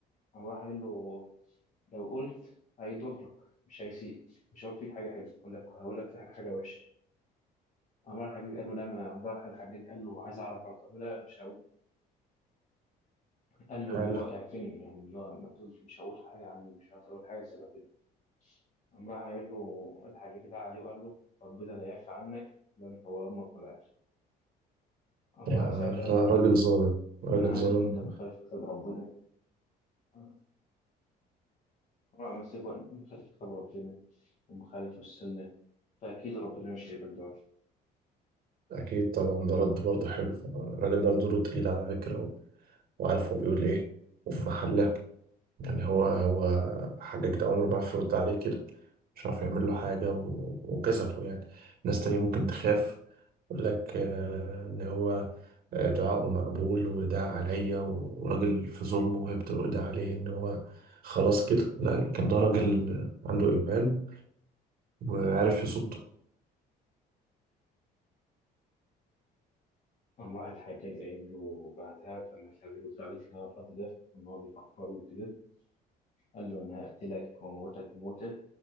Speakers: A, on the left; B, on the right.
A: قام راح قال له لو قلت هيضرك مش هيسيئك مش هقول فيك حاجه حلوه هقول لك هقول لك في حاجه حاجه وحشه قام راح الحجاج قال له لا ما قام راح الحجاج قال له عايز اعرف برضه قال له لا مش هقول قال له
B: حلو
A: اللي هو اعفني يعني اللي هو ما تقولش مش هقول حاجه عني مش هقدر اقول حاجه شبه كده قام راح قايل له الحجاج ده عليه وقال له ربنا لا يعفى عنك لا انت ولا امك ولا اهلك قام
B: يعني
A: راح سعيد قال له
B: راجل ظالم راجل
A: انا عارف
B: ظالم
A: ان انت مخالف كتاب ربنا قام راح مسكه مخالف كتاب ربنا ومخالف السنه فاكيد ربنا مش هيقبل دعاء
B: أكيد طبعا ده رد برضه حلو الراجل ده نزوله تقيل على فكرة و- وعارف هو بيقول إيه وفي محله يعني هو هو حجاج ده عمره ما عرف يرد عليه كده مش عارف يعمل له حاجة و- وكسفه يعني ناس تانية ممكن تخاف يقول لك آه، إن هو آه، دعاؤه مقبول وده عليا و- وراجل في ظلمه وهيبته وده عليه إن هو خلاص كده لا كان ده راجل عنده إيمان وعارف يصده
A: قام راح الحجاج قايل له بعدها لما تلاقيه يرد عليه في الهواء الأرض ده إن هو بيفكر وكده قال له أنا هقتلك وأموتك موتة